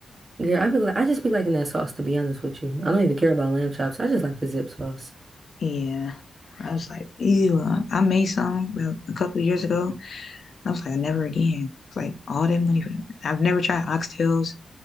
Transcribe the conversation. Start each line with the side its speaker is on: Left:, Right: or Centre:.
Right: Yeah, I be like I just be liking that sauce to be honest with you. I don't even care about lamb chops. I just like the zip sauce.
Left: Yeah. I was like, ew. I I made some well, a couple of years ago. I was like, never again. It's like all that money for I've never tried oxtails.